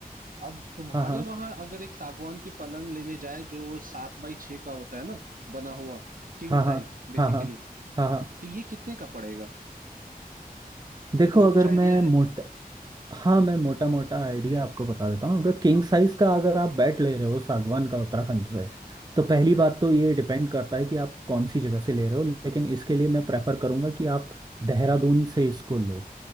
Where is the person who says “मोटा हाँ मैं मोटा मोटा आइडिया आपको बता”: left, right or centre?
Right